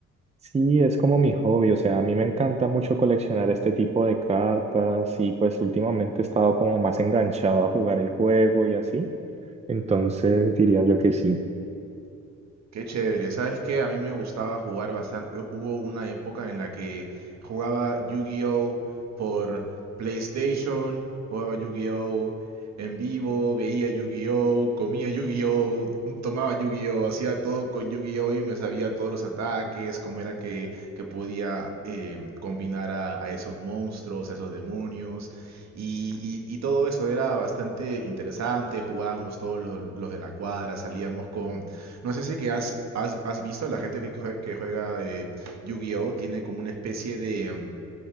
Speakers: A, on the right (about 20°); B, on the right (about 60°).
A: Sí, es como mi hobby, o sea, a mí me encanta mucho coleccionar este tipo de cartas y pues últimamente he estado como más enganchado a jugar el juego y así. Entonces diría yo que sí.
B: Qué chévere, ¿sabes qué? A mí me gustaba jugar bastante. Hubo una época en la que jugaba Yu-Gi-Oh! por PlayStation, jugaba Yu-Gi-Oh! en vivo, veía Yu-Gi-Oh! comía Yu-Gi-Oh! tomaba Yu-Gi-Oh! hacía todo con Yu-Gi-Oh! y me sabía todos los ataques, cómo era que, que podía eh, combinar a, a esos monstruos, a esos demonios. Y, y- y todo eso era bastante interesante, jugábamos todos los los de la cuadra, salíamos con no sé si que has, has, has visto, la gente que jue- que juega eh, Yu-Gi-Oh! tiene como una especie de mm,